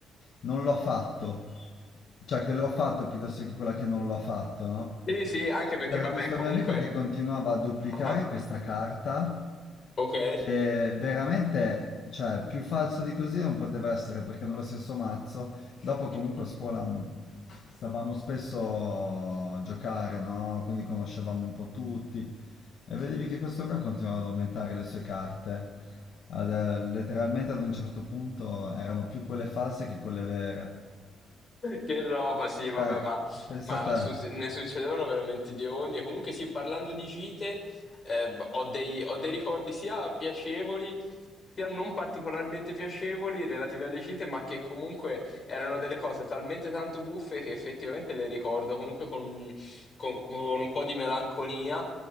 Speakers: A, on the left; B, on the left.
A: non lo ha fatto, cioè che lo ha fatto piuttosto che quella che non lo ha fatto, no?
B: Sì, sì, anche perché
A: C'era
B: vabbè,
A: questo
B: comunque...
A: mio amico che continuava a duplicare
B: Ah, ah,
A: questa carta
B: ok.
A: che veramente, cioè, più falso di così non poteva essere perché nello stesso mazzo, dopo comunque
B: <laughs>
A: a scuola mh, stavamo spesso a giocare, no? Quindi conoscevamo un po' tutti e vedevi che questo qua continuava ad aumentare le sue carte. Ad- eh, letteralmente ad un certo punto erano più quelle false che quelle vere.
B: Che roba, sì, vabbè,
A: Cioè,
B: ma,
A: pensa
B: ma
A: a te,
B: su- ne succedevano veramente di ogni. E Comunque, sì, parlando di gite, eh, b- ho dei, ho dei ricordi sia piacevoli, sia non particolarmente piacevoli relativi alle gite, ma che comunque erano delle cose talmente tanto buffe che effettivamente le ricordo comunque con, con- con un po' di melanconia.